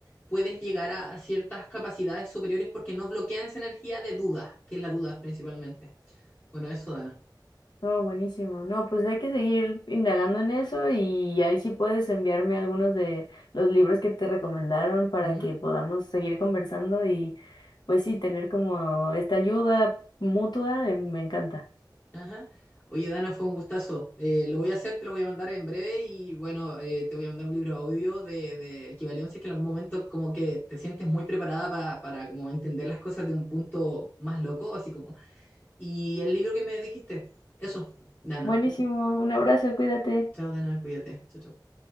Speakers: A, on the left; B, on the left.
A: puedes llegar a, a ciertas capacidades superiores porque no bloquean esa energía de duda, que es la duda principalmente. Bueno, eso, Dana.
B: No, buenísimo. No, pues hay que seguir indagando en eso y ahí sí puedes enviarme algunos de los libros que te recomendaron para
A: Ujú,
B: que podamos seguir conversando y pues sí, tener como esta ayuda mutua, eh, me encanta.
A: ajá. Oye, Dana, fue un gustazo. Eh, lo voy a hacer, te lo voy a mandar en breve y bueno, eh, te voy a mandar un libro audio de, de equivalencia que en algún momento como que te sientes muy preparada pa- para como entender las cosas de un punto más loco, así como. Y el libro que me dijiste, eso, Dana.
B: Buenísimo, un abrazo, cuídate.
A: Chao, Dana, cuídate. Chao, chao.